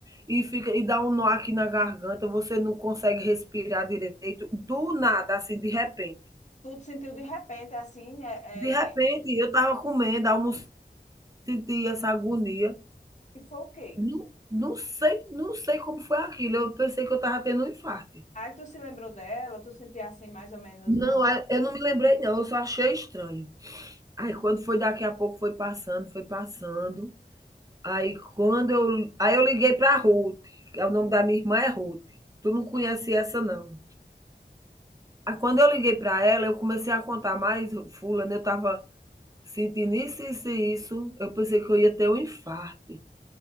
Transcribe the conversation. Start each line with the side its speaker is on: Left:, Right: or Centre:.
Right: e fica e dá um nó aqui na garganta, você não consegue respirar direito, do nada, assim, de repente.
Left: Tu te sentiu de repente, assim, é,
Right: De repente,
Left: é,
Right: eu estava comendo, almoço, senti essa agonia.
Left: e foi o quê?
Right: Não, não sei, não sei como foi aquilo. Eu pensei que eu estava tendo um infarto.
Left: Aí tu se lembrou dela, tu sentia assim mais ou menos
Right: Não,
Left: o nome.
Right: eu não me lembrei, não, eu só achei estranho. Aí quando foi daqui a pouco foi passando, foi passando. Aí quando eu, aí eu liguei para a Ruth, que é o nome da minha irmã é Ruth. Tu não conhece essa não. Aí quando eu liguei para ela, eu comecei a contar mais, fulano, eu estava sentindo isso, isso e isso. Eu pensei que eu ia ter um infarto.